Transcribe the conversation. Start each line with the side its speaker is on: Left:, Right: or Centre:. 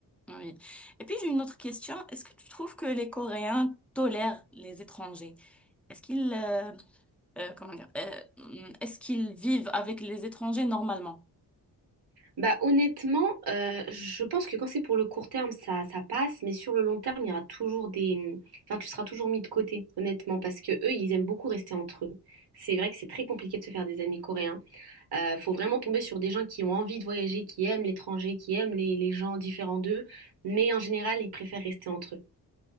Centre: Oui. Et puis j'ai une autre question. Est-ce que tu trouves que les Coréens tolèrent les étrangers? Est-ce qu'ils euh, euh, comment dire, euh, mm, est-ce qu'ils vivent avec les étrangers normalement?
Right: Bah honnêtement, euh, je pense que quand c'est pour le court terme, ça, ça passe, mais sur le long terme, il y aura toujours des... Enfin, tu seras toujours mis de côté, honnêtement, parce que eux, ils aiment beaucoup rester entre eux. C'est vrai que c'est très compliqué de se faire des amis coréens. Euh, faut vraiment tomber sur des gens qui ont envie de voyager, qui aiment l'étranger, qui aiment les, les gens différents d'eux, mais en général, ils préfèrent rester entre eux.